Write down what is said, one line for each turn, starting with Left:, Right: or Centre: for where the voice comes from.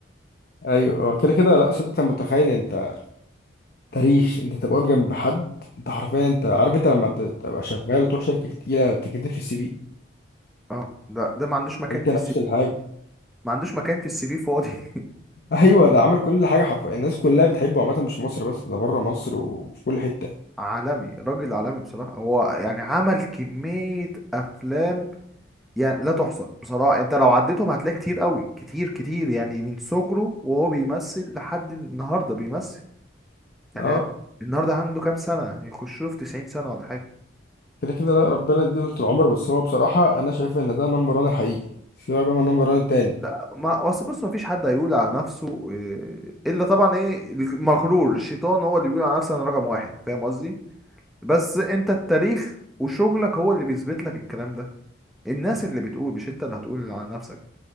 Left: أيوه آه، كده كده لا صدق أنت متخيل أنت تاريخ أنت تبقى واقف جنب حد أنت حرفيا أنت عارف أنت لما ت- تبقى شغال وتروح شركة تقيلة تكتب في السي في
Centre: اه ده ده ما عندوش مكان
Left: أنت
Centre: في
Left: نفس
Centre: السي في
Left: الحاجة
Centre: ما عندوش مكان في السي في فاضي <laughs>
Left: <laughs> أيوه ده عمل كل حاجة حرفيا الناس كلها بتحبه عامة مش في مصر بس ده بره مصر وفي كل حتة
Centre: عالمي راجل عالمي بصراحه هو يعني عمل كميه افلام يعني لا تحصى بصراحة انت لو عديتهم هتلاقي كتير قوي كتير كتير يعني من صغره وهو بيمثل لحد النهاردة بيمثل يعني
Left: أه
Centre: النهاردة عنده كام سنة يخشوا في 90 سنة ولا حاجة
Left: كده كده لا ربنا يديه طول العمر بس هو بصراحة أنا شايف إن ده نمبر 1 الحقيقي سيبك بقى من نمبر 1 التاني
Centre: لا ما اصل بص ما فيش حد هيقول على نفسه إيه، الا طبعا ايه المغرور الشيطان هو اللي بيقول على نفسه انا رقم واحد فاهم قصدي بس انت التاريخ وشغلك هو اللي بيثبت لك الكلام ده الناس اللي بتقول مش انت اللي هتقول على نفسك